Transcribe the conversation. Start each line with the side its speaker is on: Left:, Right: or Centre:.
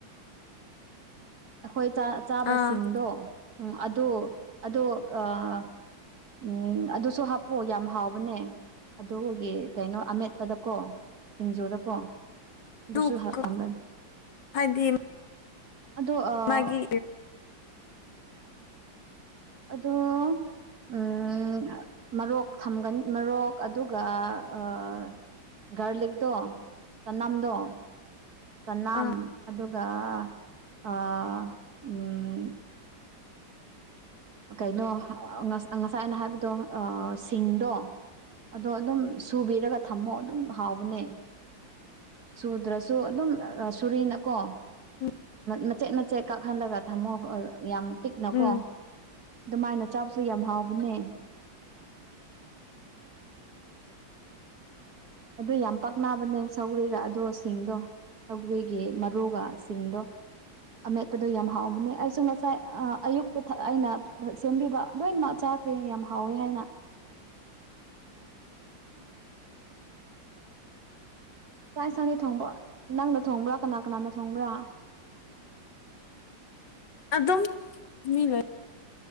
Right: ꯑꯈꯣꯏ ꯆꯥ ꯆꯥꯕꯁꯤꯡꯗꯣ
Left: ꯑꯥ
Right: ꯑꯗꯨ ꯑꯗꯣ ꯑꯥ, ꯎꯝ ꯑꯗꯨꯁꯨ ꯍꯥꯞꯄꯣ ꯌꯥꯝ ꯍꯥꯎꯕꯅꯦ ꯑꯗꯨꯒꯤ ꯀꯩꯅꯣ ꯑꯃꯦꯠ ꯄꯗꯀꯣ ꯁꯤꯡꯖꯨꯗꯀꯣ, ꯑꯗꯨꯁꯨ
Left: <unintelligible>
Right: ꯊꯝꯕꯅꯤ
Left: ꯍꯥꯏꯗꯤ
Right: ꯑꯗꯨ ꯑꯥ,
Left: ꯃꯥꯒꯤ
Right: ꯑꯗꯣ, ꯎꯝ ꯃꯔꯣꯛ ꯊꯝꯒꯅꯤ ꯃꯔꯣꯛ ꯑꯗꯨꯒ ꯑꯥ ꯒꯥꯔꯂꯤꯛꯇꯣ ꯆꯅꯥꯝꯗꯣ, ꯆꯅꯥꯝ
Left: ꯑꯥ
Right: ꯑꯗꯨꯒ ꯑꯥ ꯎꯝ, ꯀꯩꯅꯣ ꯉꯁꯥꯏ ꯑꯩꯅ ꯍꯥꯏꯕꯗꯣ ꯑꯥ ꯁꯤꯡꯗꯣ꯫ ꯑꯗꯣ ꯑꯗꯨꯝ ꯁꯨꯕꯤꯔꯒ ꯊꯝꯃꯣ ꯑꯗꯨꯝ ꯍꯥꯎꯕꯅꯦ꯫ ꯆꯨꯗ꯭ꯔꯁꯨ ꯑꯗꯨꯝ ꯁꯣꯔꯤꯅꯀꯣ꯫
Left: <unintelligible>
Right: ꯃꯆꯦꯠ ꯃꯆꯦꯠ ꯀꯥꯛꯍꯜꯂꯒ ꯊꯝꯃꯣ ꯌꯥꯝ ꯄꯤꯛꯅꯀꯣ꯫
Left: ꯎꯝ
Right: ꯗꯨꯃꯥꯏꯅ ꯆꯥꯕꯁꯨ ꯌꯥꯝ ꯍꯥꯎꯕꯅꯦ꯫ ꯑꯗꯨ ꯌꯥꯝ ꯄꯥꯛꯅꯕꯅꯦ ꯁꯧꯒ꯭ꯔꯤꯒ ꯑꯗꯣ ꯁꯤꯡꯗꯣ꯫ ꯁꯧꯒ꯭ꯔꯤꯒꯤ ꯃꯔꯨꯒ ꯁꯤꯡꯗꯣ꯫ ꯑꯃꯦꯠꯄꯗꯣ ꯌꯥꯝ ꯍꯥꯎꯕꯅꯦ ꯑꯩꯁꯨ ꯉꯁꯥꯏ ꯑꯥ ꯑꯌꯨꯛꯇ ꯑꯩꯅ ꯁꯦꯝꯕꯤꯕ ꯂꯣꯏꯅꯃꯛ ꯆꯥꯛ ꯆꯦꯡ ꯌꯥꯝ ꯍꯥꯎꯋꯤ ꯍꯥꯏꯅ꯫ ꯆꯥꯛ ꯏꯪꯁꯥꯡꯗꯤ ꯊꯣꯡꯕ ꯅꯪꯅ ꯊꯣꯡꯕ꯭ꯔꯥ ꯀꯅꯥ ꯀꯅꯥꯅ ꯊꯣꯡꯕ꯭ꯔꯥ?
Left: ꯑꯗꯨꯝ ꯃꯤ ꯂꯩ꯫